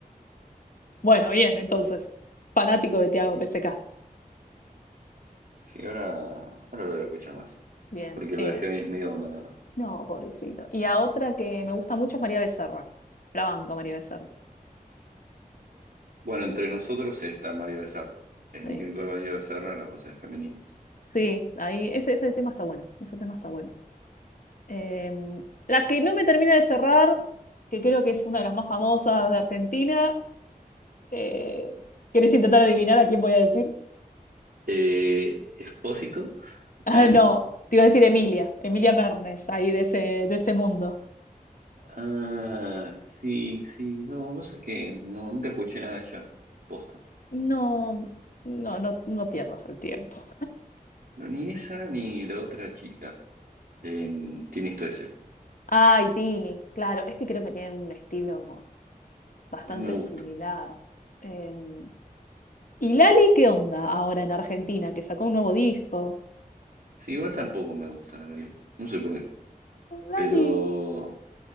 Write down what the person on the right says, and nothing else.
sí,
sí, ahora, ahora lo voy a escuchar más,
porque lo
dejé me- medio abandonado.
Bueno, entre nosotros está María Becerra, es
Nicky Nicole María Becerra, las voces femeninas.
Eh, Expósito,
Ali.
Ah, sí, sí, no, vos sabés que no, nunca escuché nada de ella. Posta.
No, ni esa ni la otra chica em, tiene esto ese.
No me gusta.
Sí, igual tampoco me gusta la película. No sé por qué.
Pero